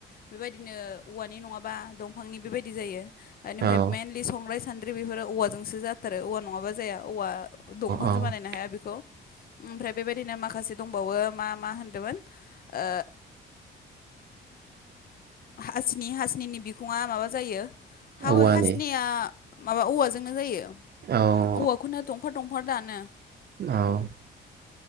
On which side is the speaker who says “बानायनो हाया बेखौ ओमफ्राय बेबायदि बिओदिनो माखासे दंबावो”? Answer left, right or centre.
Left